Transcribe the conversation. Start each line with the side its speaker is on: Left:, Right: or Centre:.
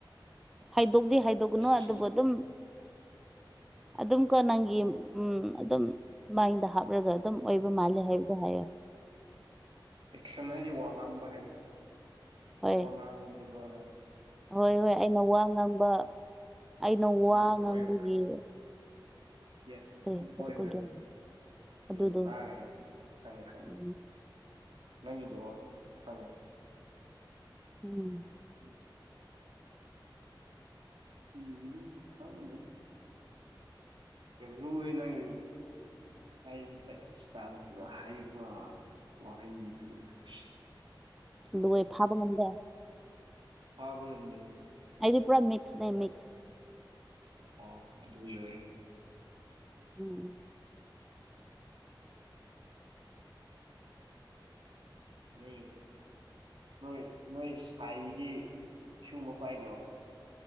Centre: ꯍꯥꯏꯗꯣꯛꯇꯦ ꯍꯥꯏꯗ
Right: ꯑꯦꯛꯁꯟ
Centre: ꯅ ꯑꯗꯨꯕꯣ ꯑꯗꯨ
Right: ꯎꯝ
Centre: ꯑꯗꯨꯝꯀꯣ ꯅꯪꯒꯤ ꯎꯝ ꯑꯗꯨꯝ ꯃꯥꯏꯗ ꯍꯥꯞꯂꯒ ꯑꯗꯨꯝ ꯑꯣꯏꯕ ꯃꯥꯜꯂꯦ ꯍꯥꯏ ꯀ ꯍꯥꯏꯣ
Right: ꯑꯦꯛꯁꯟ ꯍꯥꯏꯗꯤ ꯋꯥ ꯉꯥꯡꯕ ꯍꯥꯏꯕ
Centre: ꯍꯣꯏ
Right: ꯋꯥ ꯉꯥꯡꯕꯗꯨꯔꯣꯅꯗ
Centre: ꯍꯣꯏ ꯍꯣꯏ ꯑꯩꯅ ꯋꯥ ꯉꯥꯡꯕ ꯑꯩꯅ
Right: ꯎꯝ
Centre: ꯋꯥ ꯉꯥꯡꯕꯒꯤ
Right: ꯍꯣꯏ ꯈꯔ ꯌꯦꯁ
Centre: ꯀꯔꯤ ꯍꯥꯏꯁꯤꯔꯀꯣ
Right: ꯍꯣꯏ ꯍꯣꯏ
Centre: ꯒ꯭ꯌꯥꯟ
Right: ꯍꯣꯏ
Centre: ꯇꯥꯗꯦ ꯑꯗꯨꯗꯣ
Right: ꯌꯦꯟ ꯇꯥꯈꯔꯦ ꯍꯧꯖꯤꯛ ꯈꯪꯉꯦ ꯈꯪꯉꯦ
Centre: ꯎꯝ
Right: ꯅꯪꯗꯣ ꯈꯪꯉꯦ
Centre: ꯎꯝ
Right: ꯎꯝ ꯎꯝ ꯐꯥꯎꯦ ꯌꯥꯝ ꯂꯨꯦ ꯅꯪ ꯍꯥꯏꯕ ꯇ ꯍꯥꯏꯕ ꯋꯥꯩꯗꯨꯗꯣꯁ
Centre: ꯂꯣꯏ ꯐꯥꯕ ꯉꯝꯗꯦ
Right: ꯐꯥꯕ ꯉꯝꯗꯦꯕ
Centre: ꯑꯩꯗꯤ ꯄꯨꯥ ꯃ ꯃꯤꯁ ꯅ ꯃ ꯃꯤꯁ
Right: ꯑꯣ ꯑꯗꯨ ꯑꯣꯏꯔꯝꯃꯦ
Centre: <unintelligible> <inaudible>
Right: ꯅꯣꯏ ꯅꯣꯏ ꯅꯣꯏ ꯁꯥꯏꯗꯤ ꯑꯁꯤꯒꯨꯝꯕ ꯄꯥꯏꯗ꯭ꯔꯣ